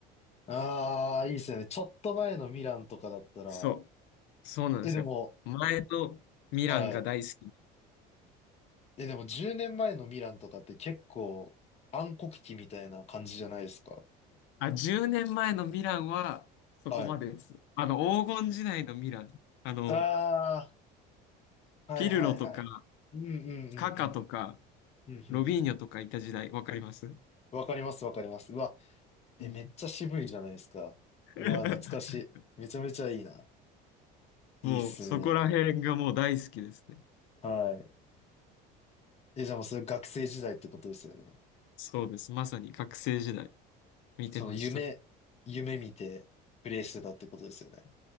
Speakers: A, on the left; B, on the left.
A: ああー、いいですよね。ちょっと前のミランとかだったら、
B: そう。そうなんですよ。
A: え、でも、
B: 前のミランが大好きで。
A: はい。え、でも10年前のミランとかって結構暗黒期みたいな感じじゃないですか。
B: あ、10年前のミランはそこまでです。
A: はい。
B: あの、黄金時代のミラン。あの、
A: ああ、はいはいはい。
B: ピルロとか、
A: うんうんうんうん。
B: カカとか、
A: うんうん。
B: ロビーニョとかいた時代、わかります
A: わかりますわかります。うわえ、
B: うん。
A: めっちゃ渋いじゃないですか。
B: <laughs>
A: うわ、懐かしい。めちゃめちゃいいな。いいっすね。
B: もう、そこら辺がもう大好きですね。
A: はい。え、じゃあもうそれ学生時代ってことですよね。
B: そうです。まさに学生時代、見てました。
A: その夢、夢見てプレイしてたってことですよね。